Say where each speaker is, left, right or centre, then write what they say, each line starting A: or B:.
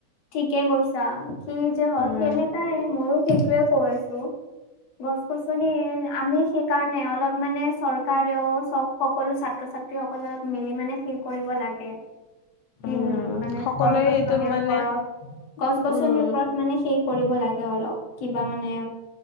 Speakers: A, on the left; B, on the left.
A: ঠিকে কৈছা। কি যে হয়
B: উম
A: সেনেকাই ময়ো সেইটোৱে কৈছোঁ। গছ গছনি আমি সেই কাৰণে অলপ মানে চৰকাৰেও চব সকলো ছাত্ৰ ছাত্ৰীসকললে মিলি মানে সেই কৰিব লাগে। কিন
B: উম
A: মানে
B: সকলোৱে
A: গছ গছনিৰ
B: সেইটোৰ মানে
A: ওপৰত গছ গছনিৰ
B: উম
A: ওপৰত মানে সেই কৰিব লাগে অলপ কিবা মানে।